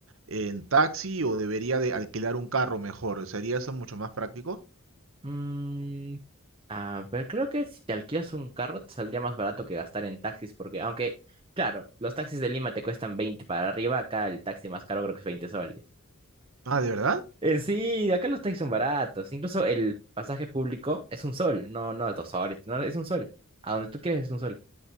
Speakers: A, on the right; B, on the right.
A: en taxi o debería de alquilar un carro mejor. ¿Sería eso mucho más práctico?
B: Mm, a ver, creo que si te alquilas un carro te saldría más barato que gastar en taxis, porque aunque, claro, los taxis de Lima te cuestan 20 para arriba, acá el taxi más caro creo que es 20 soles.
A: Ah, ¿de verdad?
B: En sí, acá los taxis son baratos. Incluso el pasaje público es un sol, no, no es dos soles, no, es un sol. A donde tú quieres es un sol.